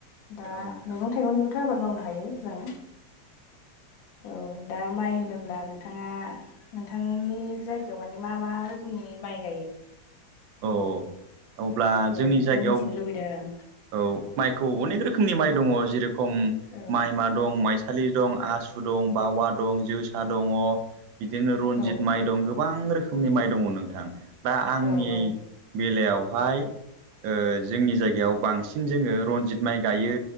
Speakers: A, on the left (about 80°); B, on the right (about 85°).
A: दा
B: औ नोंथां
A: मैगं
B: औ
A: थाइगंनिबोथ' आबाद मावनो हायो जों। औ दा माइ होनोब्ला नोंथाङा नोंथांनि जायगायाव माने मा मा रोखोमनि माइ गाइयो?
B: अ अब्ला
A: औ
B: जोंनि
A: बेखौ
B: जायगायाव
A: <unintelligible>
B: औ माइखौ अनेक रोखोमनि माइ दङ जेरेखम
A: आं
B: माइमा दं मायसा सालि दं, आसु दं, बावा दं, जोसा दङ बिदिनो रनजित
A: औ
B: माय दङ गोब गोबां रोखोमनि माइ दङ नोंथां दा आंनि
A: औ
B: बेलायावहाय ओ जोंनि जायगायाव बांसिन जोङो रनजित माइ गाइयो